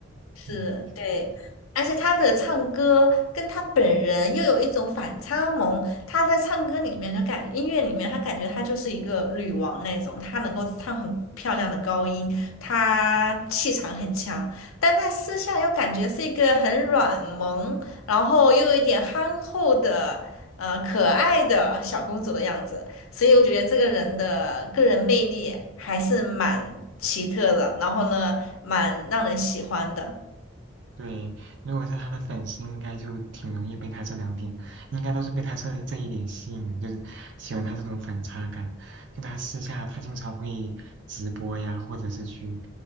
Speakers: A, on the left (about 80°); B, on the right (about 55°).
A: 是，
B: 嗯。
A: 对，而且他的唱歌跟他本人又有一种反差萌。他在唱歌里面就感觉，音乐里面他感觉他就是一个女王那种，他能够唱很漂亮的高音，他气场很强，但他私下又感觉是一个很软萌，然后又有一点憨厚的，呃，可爱的小公主的样子。所以我觉得这个人的个人魅力还是蛮奇特的，然后呢，蛮让人喜欢的。
B: 对，如果是他的粉丝，应该就挺容易被他这两点，应该都是被他这这一点吸引的，就是喜欢他这种反差感。就他私下，他经常会直播呀，或者是去